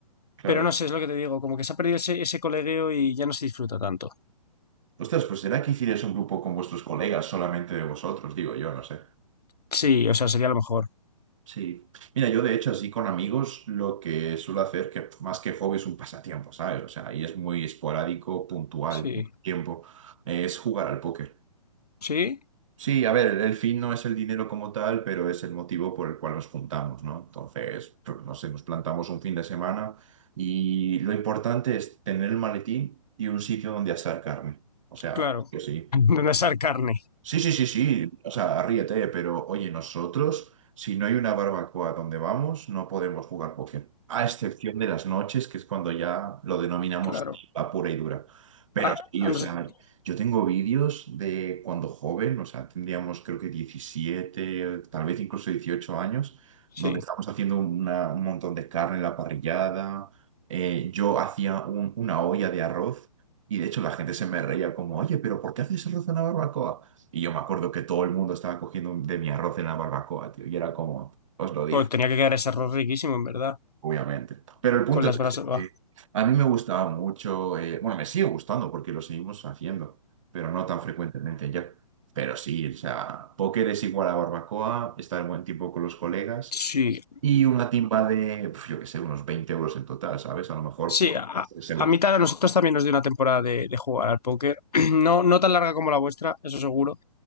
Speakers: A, on the right; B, on the left.
A: Claro.
B: Pero no sé, es lo que te digo, como que se ha perdido ese, ese colegueo y ya no se disfruta tanto.
A: Ostras, pues será que hicierais un grupo con vuestros colegas, solamente de vosotros, digo yo, no sé.
B: Sí, o sea, sería lo mejor.
A: Sí. Mira, yo de hecho así con amigos lo que suelo hacer, que más que hobby es un pasatiempo, ¿sabes? O sea, ahí es muy esporádico, puntual,
B: Sí,
A: tiempo, es jugar al póker.
B: sí,
A: Sí, a ver, el fin no es el dinero como tal, pero es el motivo por el cual nos juntamos, ¿no? Entonces, pues, no sé, nos plantamos un fin de semana y lo importante es tener el maletín y un sitio donde asar carne. O sea,
B: claro,
A: que sí.
B: <laughs>
A: sí.
B: ¿Dónde sale carne?
A: Sí, sí, sí, sí. O sea, ríete, pero oye, nosotros, si no hay una barbacoa donde vamos, no podemos jugar póker. A excepción de las noches, que es cuando ya lo denominamos
B: claro.
A: a pura y dura. Pero
B: Ah,
A: sí,
B: a
A: o
B: nosotros,
A: sea, yo tengo vídeos de cuando joven, o sea, tendríamos creo que 17 tal vez incluso 18 años,
B: sí,
A: donde estamos haciendo una- un montón de carne en la parrillada. Eh, yo hacía un- una olla de arroz. Y de hecho la gente se me reía como, oye, pero ¿por qué haces arroz en una barbacoa? Y yo me acuerdo que todo el mundo estaba cogiendo de mi arroz en la barbacoa, tío. Y era como, os lo dije,
B: Pues tenía que quedar ese arroz riquísimo, en verdad,
A: obviamente. Pero el punto
B: con las
A: es
B: brasas.
A: ese,
B: buah.
A: que a mí me gustaba mucho, eh, bueno, me sigue gustando porque lo seguimos haciendo, pero no tan frecuentemente ya. Pero sí, o sea, póker es igual a barbacoa, estar en buen tiempo con los colegas
B: sí,
A: y una timba de, pf, yo qué sé, unos 20 euros en total, ¿sabes? A lo mejor,
B: Sí,
A: pues,
B: a,
A: 3 euros
B: a mitad a nosotros también nos dio una temporada de, de jugar al póker. <clears throat> No, no tan larga como la vuestra, eso seguro.